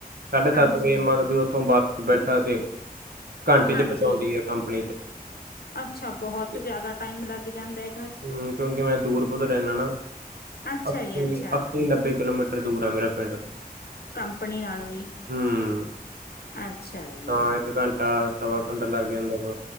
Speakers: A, on the right; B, on the left.
A: ਸਾਢੇ ਸੱਤ
B: ਹਾਂਜੀ,
A: ਵਜੇ ਮਤਲਬ ਕਿ ਉੱਥੋਂ ਬੱਸ ਬੈਠਾ ਤੇ ਘੰਟੇ
B: ਹਾਂਜੀ
A: 'ਚ ਪਹੁੰਚਾਉਂਦੀ ਹੈ ਕੰਪਨੀ 'ਚ।
B: ਅੱਛਾ ਬਹੁਤ
A: ਤੇ,
B: ਜਿਆਦਾ ਟਾਈਮ ਲੱਗ ਜਾਂਦਾ ਹੈ।
A: ਹੂੰ ਕਿਉਂਕਿ ਮੈਂ ਦੂਰ ਬੌਤ ਰਹਿੰਦਾ ਨਾ
B: ਅੱਛਾ
A: ਅੱਸੀ
B: ਜੀ ਅੱਛਾ
A: ਅੱਸੀ ਨੱਬੇ ਕਿਲੋਮੀਟਰ ਦੂਰ ਆ ਮੇਰਾ ਪਿੰਡ
B: ਕੰਪਨੀ ਨਾਲੋਂ ਹੀ
A: ਹੂੰ
B: ਅੱਛਾ ਜੀ
A: ਤਾਂ ਘੰਟਾ ਸਵਾ ਘੰਟਾ ਲੱਗ ਜਾਂਦਾ ਵਾ